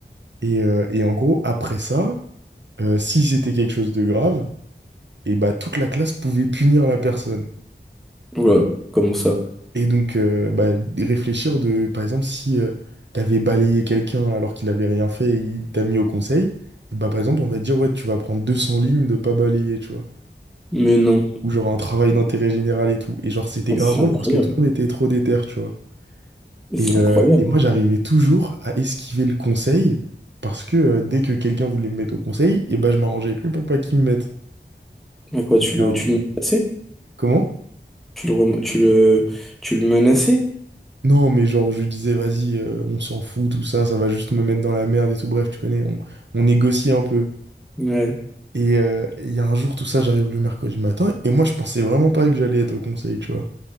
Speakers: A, on the right (about 70°); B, in the centre.
A: Et, euh, et en gros, après ça, euh, si c'était quelque chose de grave, et bah toute la classe pouvait punir la personne.
B: Voilà, comment ça?
A: Et donc euh, bah, réfléchir de, par exemple, si euh, t'avais balayé quelqu'un alors qu'il avait rien fait et il t'a mis au conseil, et bah par exemple on va te dire ouais tu vas prendre 200 lignes de pas balayer, tu vois.
B: Mais non.
A: Ou genre un travail d'intérêt général et tout. Et genre c'était
B: Mais
A: grave
B: c'est
A: drôle
B: incroyable.
A: parce que tout le monde était trop déter, tu vois.
B: Mais
A: Et,
B: c'est
A: euh,
B: incroyable.
A: et moi j'arrivais toujours à esquiver le conseil parce que euh, dès que quelqu'un voulait me mettre au conseil, et bah je m'arrangeais avec lui pour pas qu'il me mette.
B: Mais quoi, tu
A: Et il y
B: le,
A: a un-
B: tu le menaçais?
A: Comment?
B: Tu le, rem- tu le, tu le menaçais?
A: Non, mais genre, je lui disais, vas-y, euh, on s'en fout, tout ça, ça va juste me mettre dans la merde et tout. Bref, tu connais, on, on négocie un peu.
B: Ouais.
A: Et euh, il y a un jour, tout ça, j'arrive le mercredi matin, et moi, je pensais vraiment pas que j'allais être au conseil, tu vois.